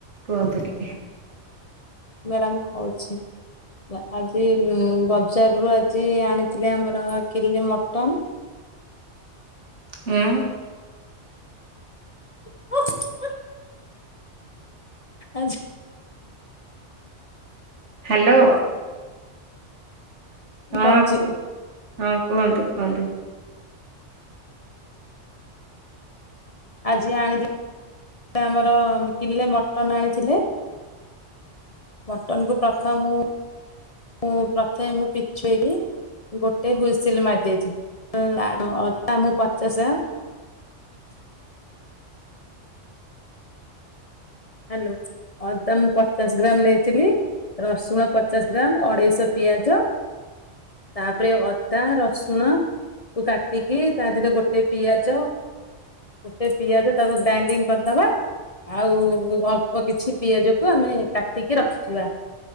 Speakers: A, on the right (about 75°); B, on the left (about 35°).
A: କୁହନ୍ତୁ ଟିକେ।
B: ମ୍ୟାଡ଼ାମ ଖାଉଛି। ଆଜି ବଜାର ରୁ ଆଜି ଆଣିଥିଲି ଆମର କିଲେ ମଟନ।
A: ହୁଁ।
B: <inaudible> ଆଜ୍
A: ହ୍ୟାଲୋ।
B: ମୁଁ
A: ହଁ
B: କହୁଛି
A: କୁ ହଁ କୁହନ୍ତୁ କୁହନ୍ତୁ।
B: ଆଜି ଆଣିଥିଲ ଆମର କିଲେ ମଟନ ଆଣିଥିଲେ। ମଟନ କୁ ପ୍ରଥମ ମୁଁ ମୁଁ ପ୍ରଥମେ ମୁଁ ପିଛୁଇକି ଗୋଟେ ହୁଇସିଲ ମାରି ଦେଇେଇଥିଲି। <unintelligible> ମୁ ପଚାଶ ଗ୍ରାମ ହ୍ୟାଲୋ ଅଦା ମୁଁ ପଚାଶ ଗ୍ରାମ ନେଇଥିଲି। ରସୁଣ ପଚାଶ ଗ୍ରାମ ଅଢେଇଶ ପିଆଜ ତାପରେ ଅଦା ରସୁଣ କୁ କାଟିକି ତା ଦେହରେ ଗୋଟେ ପିଆଜ ଗୋଟେ ପିଆଜ ତାକୁ ଗ୍ରାଇଣ୍ଡିଙ୍ଗ କରିଦବା। ଆଉ ଅଳ୍ପ କିଛି ପିଆଜ କ ଆମେ କାଟିକି ରଖିଥିବା।